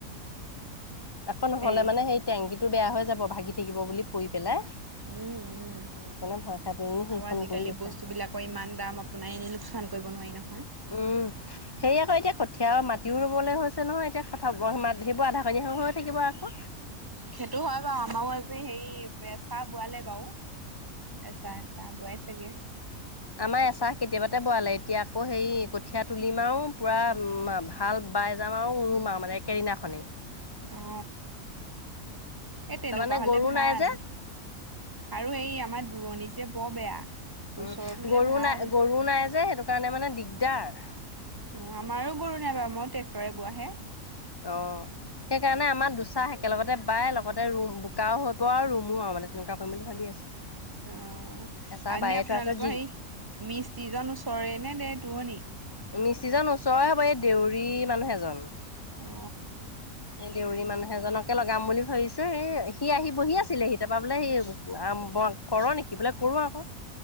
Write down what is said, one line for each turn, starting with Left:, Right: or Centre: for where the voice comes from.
Left: আকৌ নহলে
Right: হেৰি
Left: মানে সেই টেংকীটো বেয়া হৈ যাব ভাগি থাকিব বুলি পৰি পেলাই
Right: উম উম।
Left: সেইকাৰণে ভয় খাই পেলানি সেইখন
Right: আৰু আজিকালি
Left: কৰি আছে
Right: বস্তু বিলাকৰ ইমান দাম আপোনাই এনেই লোকচান কৰিব নোৱাৰি ন
Left: উম সেয়া আকৌ এতিয়া ক'ত এতিয়া আৰু মাটিও ৰুবলৈ হৈছে নহয় এতিয়া কথা সেইবোৰ আধা কণী হৈ থাকিব আক-
Right: সেইটো হয় বাৰু আমাৰো আজি হেৰি এচাহ বোৱালে বাৰু। আচ্ছা আচ্ছা বোৱাই চাগে
Left: আমাৰ এচাহ কেতিয়াবাতে বোৱালে এতিয়া আকৌ হেৰি কঠীয়া তুলিমা আও পূৰা হাল বাই যাম আৰু উৰুমা মানে একেদিনা খনে
Right: অ এই তেনেকুৱা
Left: তাৰমানে
Right: হলে
Left: গৰু
Right: ভাল
Left: নাই যে
Right: আৰু এই আমাৰ দূৰণিত যে বৰ বেয়া ওচৰত
Left: উম
Right: হলে
Left: গৰু
Right: ভাল।
Left: নাই গৰু নাই যে সেইটো কাৰণে মানে দিগদাৰ।
Right: অ আমাৰো গৰু নাই বা মই ট্ৰেক্টৰে বোৱাহে।
Left: অ সেইকাৰণে আমাৰ দুচাহ একেলগতে বাই লগতে ৰুম বোকাও হৈ প আৰু ৰুমো আৰু মানে তেনেকুৱা কৰিম বুলি ভাবি আছো
Right: অ এনেই
Left: এচাহ বায়ে
Right: আপোনালোকৰ
Left: থোৱা আছে যি
Right: সেই মিস্ত্ৰীজন ওচৰে নে দে- টোৱনি
Left: মিস্ত্ৰীজন ওচৰৰে হ'ব এই দেউৰী মানুহ এজন।
Right: অ
Left: এ দেউৰী মানুহ সেইজনকে লগাম বুলি ভাবিছো এ সি আহি বহি আছিলে সি তাৰাপা বোলে সি ব কৰ নেকি‌? থাকি পেলাই কৰোঁ আকৌ